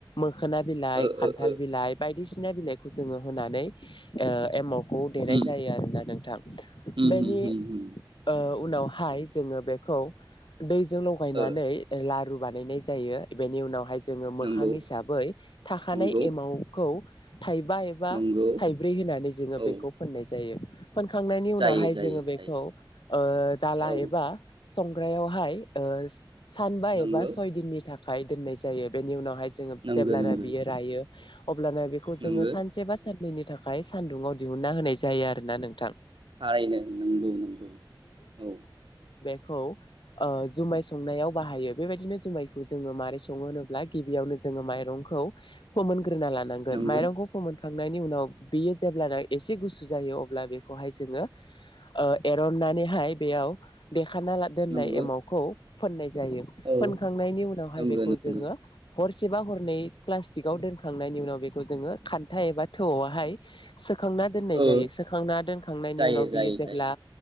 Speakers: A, on the left; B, on the right.
A: खोना बिलाइ
B: ओ
A: खान्थाल
B: ओ ओ
A: बिलाइ बायदिसिना ख्नोना बिलाइखौ जोङो होनानै ओ एमाव खौ देनाय
B: उम
A: जायो आरोना नोंथां
B: होम
A: बेनि
B: होम होम होम
A: ओ उनावहाय जोङो बेखौ दैजों लगायनानै
B: ओ
A: लारु बानाय बानायनाय जायो बेनि उनावहाय जोङो मोखां
B: नंगौ
A: हिसाबै थाखानाय
B: नंगौ
A: एमाउखौ थाइबा एबा
B: नंगौ
A: थाइब्रै होनानै जोङो
B: औ
A: बेखौ फोननाय जायो फोनखांनायनि उनावहाय
B: जायो जायो
A: जोङो बेखौ
B: जायो
A: ओ दाला
B: औ
A: एबा संग्रायावहाय ओ सानबा
B: नंगौ
A: एबा सय दिननि थाख खाय दोननाय जायो बेनि उनावहाय जोङो
B: नंगो
A: जेब्लाना
B: नंगो
A: बियो रायो अब्लाना बेखौ
B: नंगो
A: जोङो सानसे बा साननै दिननि थाखाय सान्दुङाव दिहुनना होनाय जायो आरो ना नोंथां
B: थारैनो नंगौ नंगौ औ
A: खौ ओ जुमाय संनायाव बाहायो बेबायदिनो जुमायखौ जोङो मारै सङो होनोब्ला गिबियावनो जोङो माइरंखौ फोमोन ग्रोना लानांगोन
B: नंगो
A: माइरंखौ फोमोनखां नायनि उनाव बियो जेब्लाना एसे गुसु जायो अब्ला बेखौहाय जोङो ओ एरननानैहाय बेयाव देखाना दोननाय
B: नंगो
A: एमावखौ फोननाय जायो
B: औ
A: फोनखांनायनि उनावहाय
B: नंगो
A: बेखौ
B: नंगो
A: जोङो हरसेबा हरनै प्लास्टिकआव दोनखांनायनि उनाव बेखौ जोङो खान्था एबा थौवावहाय सोग सोखांना दोननाय
B: ओ
A: जायो सोखांना दोनखांनायनि
B: जायो
A: उनाव बियो
B: जायो
A: जेब्ला
B: जायो